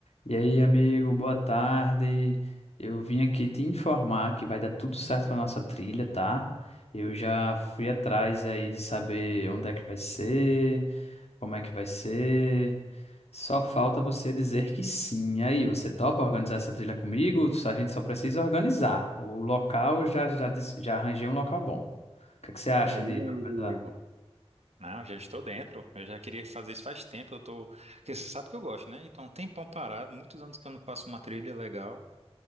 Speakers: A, on the left (about 70°); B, on the right (about 70°).
A: E aí, amigo, boa tarde. Eu vim aqui te informar que vai dar tudo certo para nossa trilha, tá? Eu já fui atrás aí de saber onde é que vai ser, como é que vai ser. Só falta você dizer que sim. E aí, você topa organizar essa trilha comigo? A gente só precisa organizar. O local, eu já, já, dis- já arranjei um local bom. O que é que você acha
B: E aí,
A: de
B: amigo?
A: organizar?
B: Não, já estou dentro. Eu já queria fazer isso faz tempo. Eu tô. Porque você sabe que eu gosto, né? Então, um tempão parado, muitos anos que eu não faço uma trilha legal.